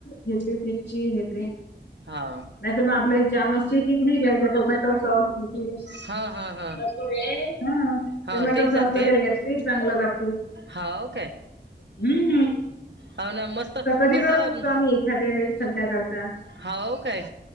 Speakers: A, on the left; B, on the right.
A: हिरवी मिरची हे ते.
B: हा.
A: नाही तर मग आपल ए जाम असतोय किनि हेज टोमॅटो सॉस ही ती
B: हा हा हा
A: टाकू ते, हा.
B: हा
A: टोमॅटो
B: तेही चालते
A: सॉस वगैरे घेतली, चांगलं लागते,
B: हाव
A: हम्म.
B: हाव ना, मस्त.
A: बीगडच
B: कसं
A: असतो आम्ही एखाद्या वेळी संध्या काळचा.
B: हाव काय